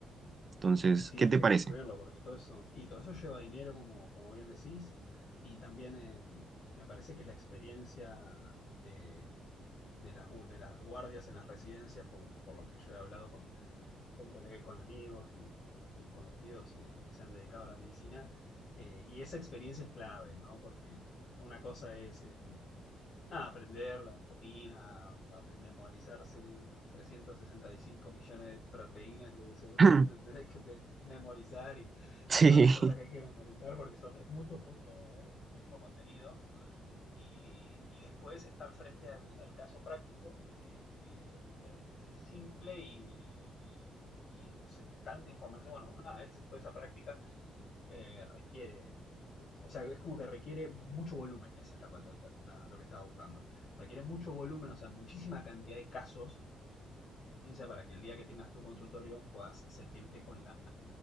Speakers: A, on the right; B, on the left.
A: Entonces,
B: Y sí,
A: ¿qué
B: hay
A: te
B: que
A: parece?
B: construirlo, porque todo eso, y todo eso lleva dinero, como, como bien decís, y también em, me parece que la experiencia de, de las, gu- de las guardias en las residencias, por lo, por lo que yo he hablado con, con, cole- con amigos y, y conocidos eh, que se han dedicado a la medicina, eh, y esa experiencia es clave, ¿no? Porque una cosa es... em, Nada, aprender la anatomía, a memorizarse los 365 millones de proteínas que seguramente
A: <laughs>
B: <laughs> tenés que pe- memorizar y,
A: <clears throat>
B: y todas las cosas
A: Sí,
B: que hay que memorizar porque son, es mucho, mucho, la verdad es muchísimo contenido. Y, y después estar frente al, al caso práctico, eh, que, que a veces es simple y, y- y es tanta información. Bueno, una vez toda esa práctica eh, requiere o sea, es como que requiere mucho volumen, esa es la, la- la- lo que estaba buscando. Requiere mucho volumen, o sea, muchísima cantidad de casos, ciencia, para que el día que tengas tu consultorio puedas sentirte con la